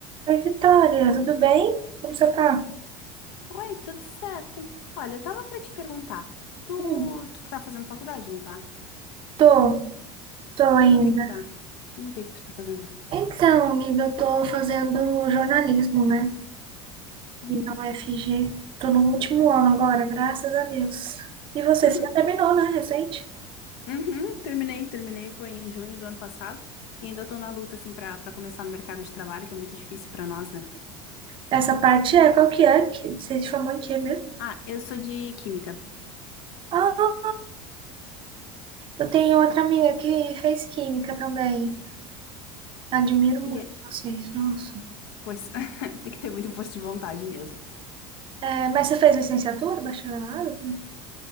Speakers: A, on the right; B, on the left.
A: Oi, Vitória, tudo bem? Como você tá?
B: Oi, tudo certo? Olha, eu tava pra te perguntar, tu,
A: Hum,
B: tu tá fazendo faculdade, não tá?
A: tô, tô ainda.
B: E no que que tu tá? No que que tu tá fazendo?
A: Então, amiga, eu tô fazendo jornalismo, né?
B: Hum.
A: E na UFG. Tô no último ano agora, graças a Deus. E você,
B: Uhum,
A: você já terminou, né? Recente?
B: uhum, terminei, terminei, foi em junho do ano passado, e ainda tô na luta, assim, pra, pra começar no mercado de trabalho, que é muito difícil pra nós, né?
A: Essa parte é, qual que é? Que- Você se formou em quê mesmo?
B: Ah, eu sou de química,
A: Ah, eu tenho outra amiga que fez química também. Admiro
B: e,
A: muito
B: é-
A: vocês, nossa.
B: pois, <laughs> tem que ter muita força de vontade mesmo.
A: É, mas você fez licenciatura, bacharelado? Como é que